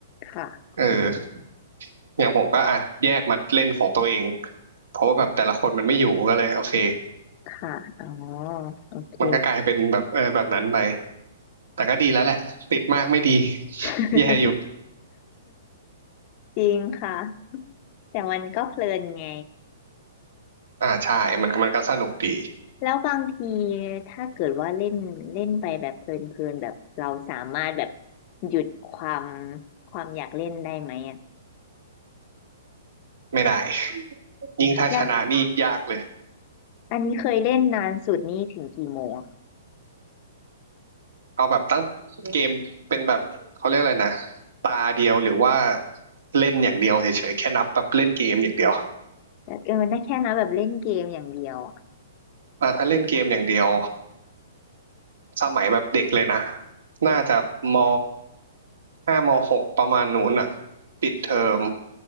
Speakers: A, on the left; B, on the right.
A: ค่ะอืม
B: เออ อย่างผมก็อ่ะแยกมาเล่นของตัวเองเพราะว่าแบบแต่ละคนมันไม่อยู่ก็เลยโอเค
A: ค่ะอ๋อโอเค
B: มันก็กลายเป็นแบบเออแบบนั้นไปแต่ก็ดีแล้วแหละติดมากไม่ดี
A: <laughs>
B: แย่อยู่
A: จริงค่ะแต่มันก็เพลินไง
B: อ่าใช่มันมันก็สนุกดี
A: แล้วบางทีถ้าเกิดว่าเล่นเล่นไปแบบเพลินเพลินแบบเราสามารถแบบหยุดความความอยากเล่นได้ไหมอ่ะ
B: ไม่ได้ยิ่งถ้าชนะนี่ยากเลย
A: แล้วอันนี้เคยเล่นนานสุดนี่ถึงกี่โมง
B: เอาแบบตั้งเกมเป็นแบบเขาเรียกอะไรนะตาเดียวหรือว่าเล่นอย่างเดียวเฉยๆแค่นับแบบเล่นเกมอย่างเดียว
A: แบบเออได้แค่นั้นแบบเล่นเกมอย่างเดียวอะ
B: อ่าถ้าเล่นเกมอย่างเดียว สมัยแบบเด็กเลยนะน่าจะมห้ามหกประมาณนู้นอ่ะปิดเทอม